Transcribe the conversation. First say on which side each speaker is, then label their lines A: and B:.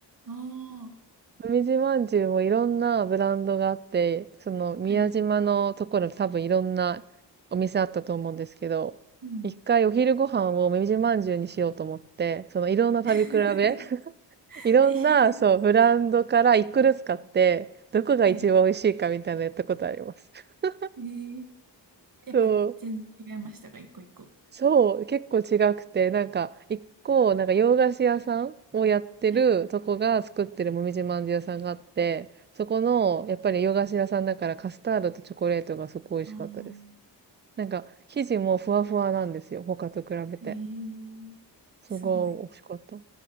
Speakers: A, on the right (about 50°); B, on the right (about 25°).
A: おー
B: もみじまんじゅうもいろんなブランドがあって、その宮島のところ多分いろんなお店あったと思うんですけど、
A: はい。うん。
B: 一回お昼ご飯をもみじまんじゅうにしようと思って、そのいろんな食べ比べ、
A: <laughs>
B: <laughs> いろんな、
A: えー
B: そう、ブランドから一個ずつ買って、どこが一番美味しいかみたいなのやったことあります。
A: はい。
B: <laughs>
A: えーやっぱ全然違いましたか、
B: そう
A: 一個一個。
B: そう、結構違くて、なんか、一個、なんか洋菓子屋さんをやってるとこが作ってるもみじまんじゅう屋さんがあって、
A: はい。
B: そこの、やっぱり洋菓子屋さんだからカスタードとチョコレートがすごい美味しかったです。
A: ああ、
B: なんか、生地もふわふわなんですよ。他と比べて。
A: えーすごい。
B: すごい美味しかった。